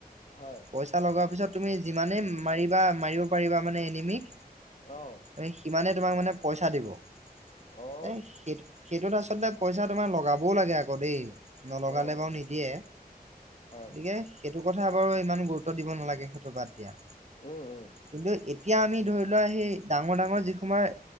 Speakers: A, on the left; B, on the right.
A: হয়
B: পইচা লগোৱাৰ পিছত তুমি যিমানেই মাৰিবা, মাৰিব পাৰিবা মানে এনিমিক
A: অ
B: এই সিমানে তোমাক মানে পইচা দিব। এ,
A: অ
B: সেইটো, সেইটোত আচ আচলতে পইচা তোমাৰ লগাবও লাগে আকৌ দেই, নলগালে
A: অ
B: বাৰু নিদিয়ে।
A: হয়
B: গতিকে সেইটো কথা বাৰু ইমান গুৰুত্ব দিব নালাগে সেইটো বাদ দিয়া।
A: উম, উম
B: কিন্তু এতিয়া আমি ধৰি লোৱা, সেই ডাঙৰ, ডাঙৰ যি সময়ৰ,